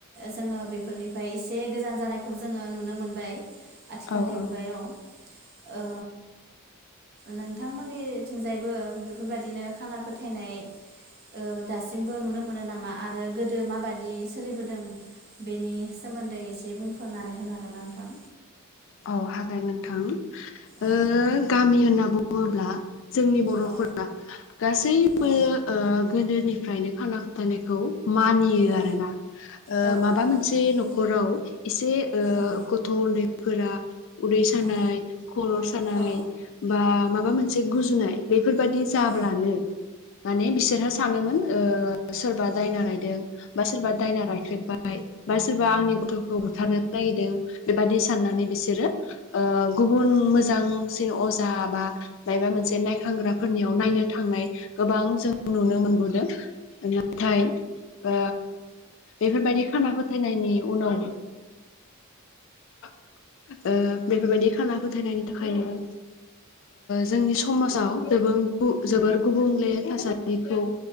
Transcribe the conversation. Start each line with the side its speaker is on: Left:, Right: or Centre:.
Right: जोङो बेफोरनिफ्राय एसे गोजान जानायखौ जोङो नुनो मोनबाय। आथिखालनि
Left: औ औ
Right: मुगायाव ओ नोंथांमोननि थिंजायबो बेफोरबायदिनो खाना फोथायनाय औ दासिमबो नुनो मोनो नामा? आरो गोदो मा बादि सोलिबोदों बेनि सोमोन्दै एसे बुंफोरनानै होनो हागोन नोंथां?
Left: औ हागोन नोंथां ओ
Right: औ
Left: गामि होनना बुङोब्ला? जोंनि बर'फोरा
Right: औ
Left: गासैबो
Right: औ
Left: ओ गोदोनिफ्रायनो खाना फोथायनायखौ मानियो
Right: औ
Left: आरोना ओ
Right: औ
Left: माबा मोनसे न'खराव इसे ओ
Right: औ
Left: गथ' उन्दै फोरा उदै सानाय
Right: औ
Left: खर' सानाय
Right: औ
Left: बा माबा मोनसे नाय बेफोरबायादि जाब्लानो
Right: औ
Left: माने बिसोरहा सानोमोन ओ सोरबा दायना रायदों बा सोरबा दायना रायख्रेबबाय बा सोरबा आंनि गथ'खौ बुथारनो जाहैदों बेबादि साननानै बिसोरो ओ गुबुन मोजांसिन अजा बा माबा मोनसे नायखांग्राफोरनियाव नायनो थांनाय गोबां जों नुनो मोनबोदों नाथाय ओ बेफोरबायदि खाना फोथायनायनि उनाव ओ बेफोरबायदि खाना फोथायनायनि थाखायनो जोंनि समाजाव जोबोर गुबुंले थासारिखौ